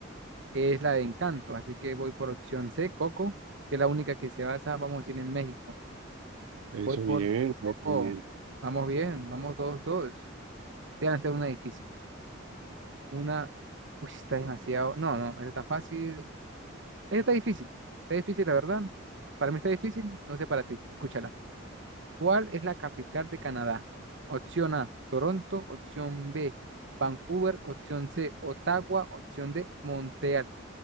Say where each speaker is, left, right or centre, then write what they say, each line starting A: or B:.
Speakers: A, on the right (about 60°); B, on the right (about 85°).
A: es la de Encanto, así que voy por opción C, Coco, que es la única que se basa, vamos a decir, en México.
B: Eso
A: Voy por
B: bien,
A: Coco,
B: bien, bien, bien.
A: vamos bien, vamos todos, todos. Te van a hacer una difícil, una, uy, está demasiado, no, no, esta está fácil, esta está difícil, está difícil, la verdad. Para mí está difícil, no sé para ti, escúchala. ¿Cuál es la capital de Canadá? Opción A, Toronto, opción B, Vancouver, opción C, Ottawa, opción D, Montreal.